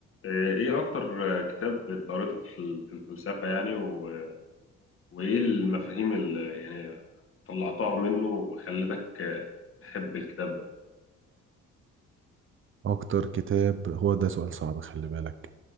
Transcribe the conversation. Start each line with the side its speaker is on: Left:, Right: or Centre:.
Left: ايه اكتر كتاب انت قريته في ال- في الفلسفة يعني و... وايه المفاهيم اللي يعني طلعتها منه وخلتك تحب الكتاب ده
Right: أكتر كتاب هو ده سؤال صعب خلي بالك